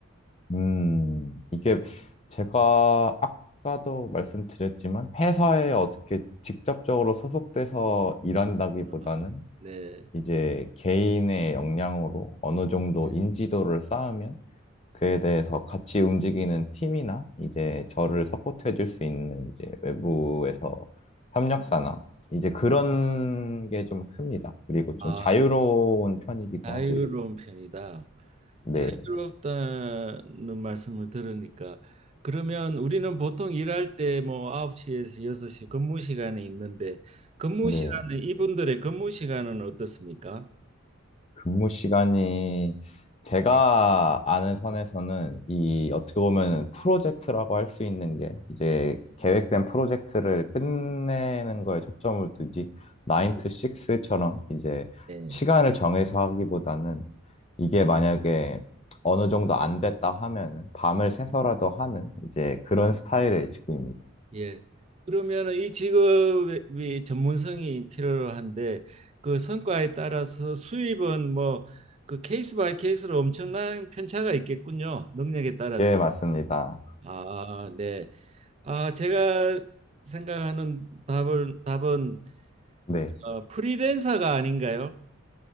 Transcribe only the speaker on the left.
음, 이게 제가 아까도 말씀드렸지만 회사에 어떻게 직접적으로 소속돼서 일한다기보다는
이제 개인의 역량으로 어느 정도
인지도를 쌓으면 그에 대해서 같이 움직이는 팀이나 이제 저를 서포트해 줄 수 있는 이제 외부에서 협력사나 이제 그런 게 좀 큽니다. 그리고 좀
자유로운
편이기도
하고요.
네.
네.
근무 시간이 제가 아는 선에서는 이 어떻게 보면 프로젝트라고 할 수 있는 게 이제
계획된 프로젝트를 끝내는 거에 초점을 두지 9 to 6처럼 이제
시간을 정해서 하기보다는 이게 만약에 어느 정도 안 됐다 하면은 밤을 새서라도 하는 이제 그런
스타일의
직구입니다.
예, 맞습니다.
네.